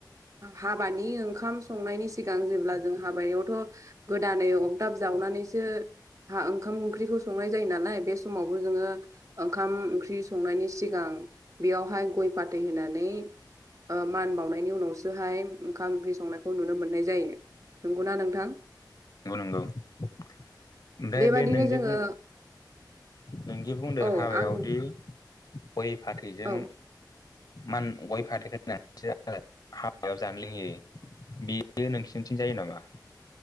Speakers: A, on the right; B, on the left.
A: हाबानि ओंखाम संनायनि सिगां जेब्ला जों हाबायावथ' गोदानै अगदाब जावनानैसो हा ओंखाम ओंख्रिखौ संनाय जायो नालाय बे समावबो नोङो ओंखाम ओंख्रि संनायनि सिगां बेयावहाय गय फाथै होनानै ओ मान बावनायनि उनावसोहाय ओंखाम ओंख्रि संनायखौ नुनो मोननाय जायो नंगौना नोंथां?
B: नंगौ नंगौ ओमफ्राय
A: बेबादिनो
B: बे नोंजे
A: जोङो
B: बुं नोंदि बुंदों
A: औ
B: हाबायावदि
A: आं
B: गय फाथैजों
A: औ
B: मान गय फाथै‌ होनानैसो हाबायाव जानो लोंहोयो बेयो नोंसिनिथिं जायो नामा?